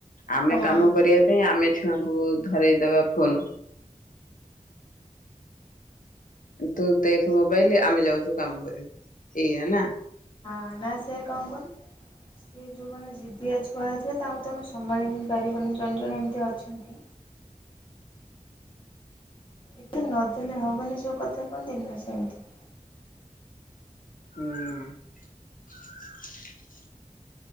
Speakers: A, on the left; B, on the left.
A: ଆମେ
B: ହଁ।
A: କାମ କରିବା ପାଇଁ ଆମେ। ଛୁଆ କୁ ଧରାଇଦବା ଫୋନ। ତୁ ଦେଖ ମୋବାଇଲ ଆମେ ଯାଉଛୁ କାମ କରିବୁ ଏଇଆ ନା।
B: ନା ନା ସେ କଣ କହିଲି ସିଏ ଯୋଉମାନେେ ଜିଦିଆ ଛୁଆ ଥିବେ ତାଙ୍କୁ ତ ଆମେ ସମ୍ଭାଳିି ବି ପାରିବନି ଜଣେ ଜଣେ ଏମିତି ଅଛନ୍ତି ଏତେ ନଦେଲେ ହବନି ଯୋଉ କଥା କଣ ଦେଲି ନା ସେମିତି।
A: ହୁଁ